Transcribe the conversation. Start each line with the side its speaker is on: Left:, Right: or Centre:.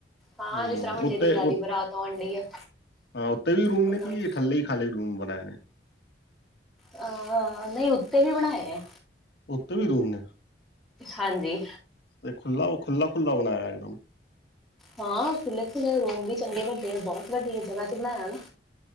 Centre: ਹਾਂ
Left: ਹੂੰ
Centre: ਜਿਸ ਤਰ੍ਹਾਂ ਹੁਣ ਜਿਹਦੀ
Left: ਉੱਤੇ
Centre: ਜ਼ਆਦੀ
Left: ਉ
Centre: ਬਰਾਤ ਆਉਣ ਡੀ ਆ।
Left: ਹਾਂ, ਉਤੇ ਵੀ ਰੂਮ
Centre: ਉਹਨਾਂ
Left: ਨੇ ਕਿ ਥੱਲੇ ਈ ਖਾਲੀ ਰੂਮ ਬਣਾਏ ਨੇ?
Centre: ਅ, ਨਈ ਉੱਤੇ ਵੀ ਬਣਾਏ ਆ।
Left: ਉੱਤੇ ਵੀ ਰੂਮ ਨੇ?
Centre: ਹਾਂਜੀ।
Left: ਤੇ ਖੁੱਲਾ ਓ ਖੁੱਲ੍ਹਾਂ-ਖੁੱਲ੍ਹਾਂ ਬਣਾਇਆ ਏਕ ਦਮ।
Centre: ਹਾਂ, ਖੁੱਲ੍ਹੇ-ਖੁੱਲੇ ਰੂਮ ਵੀ ਚੰਗੇ ਵੱਡੇ ਆ ਬੋਤ ਵੱਡੀ ਜਗ੍ਹਾ ਚ ਬਣਾਇਆ ਨਾ